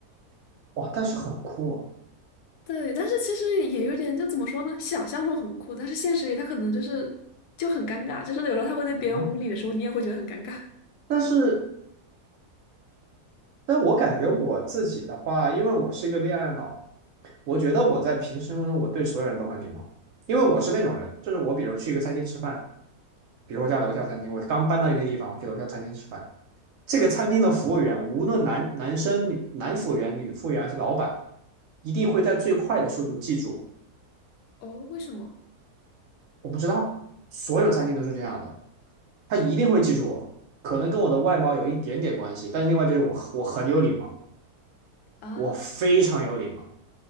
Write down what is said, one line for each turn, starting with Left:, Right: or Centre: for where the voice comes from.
Right: 哇，但是很酷哦
Left: 对，但是其实也有点，就怎么说呢？想象中很酷，但是现实里他可能就是就很尴尬，就是有时候他会对别人无理的时候，
Right: 啊！吗？
Left: 你也会觉得很尴尬。
Right: 但是，但我感觉我自己的话，因为我是一个恋爱脑，我觉得我在平时中我对所有人都很礼貌，因为我是那种人，就是我比如去一个餐厅吃饭，比如我家楼下餐厅，我刚搬到一个地方，我去楼下餐厅吃饭，这个餐厅的服务员，无论男男生、女男服务员、女服务员还是老板，一定会在最快的速度记住。
Left: 哦，为什么？
Right: 我不知道，所有餐厅都是这样的，他一定会记住我，可能跟我的外貌有一点点关系，但是另外就是我我很有礼貌，
Left: 啊
Right: 我非常有礼貌。